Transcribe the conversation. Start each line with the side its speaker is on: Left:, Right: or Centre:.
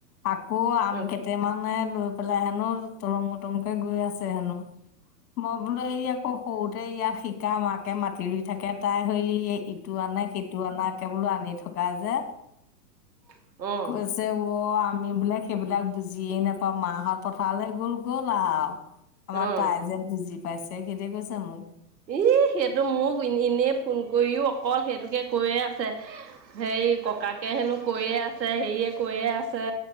Left: আকৌ আম
Right: অ
Left: কেইটামানে লৈ পেলাই হেনো তলং উটংকে গৈ আছে হেনো মই বোলো এইয়া আকৌ সৰুতে ইয়াত শিকা মাকে মাতি ৰুই থাকে তাই হেই ইটো আনে সেইটো আনাে বোলো আনি কা যে
Right: উম
Left: কৈছে অ আমি বোলে সেইবিলাক বুজিয়ে নাপাওঁ মাহত পথাৰলে গ'ল গ'ল আও আমাৰ
Right: অ অ
Left: তাই যে বুজি পাইছে সেতি কৈছা মোক
Right: ই সেইটো মোক এনেই ফোন কৰিও অকল সেইটোকে কৈয়ে আছে হে এই ককাকে হেনো কৈয়ে আছে হেৰিয়ে কৈয়ে আছে